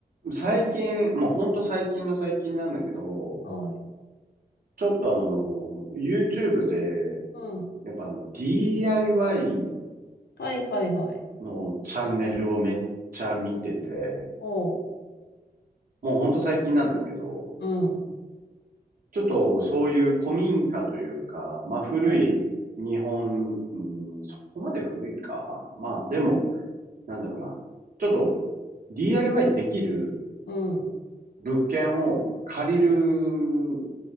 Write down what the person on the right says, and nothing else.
最近、もうほんと最近の最近なんだけど、
ちょっとあの、YouTube で、
やっぱあの、DIY
のチャンネルをめっちゃ見てて、
もうほんと最近なんだけど、
ちょっとそういう古民家というか、まあ古い日本、
うん、そこまで古いか。まあでも、なんだろうな。ちょっと DIY できる
物件を借りる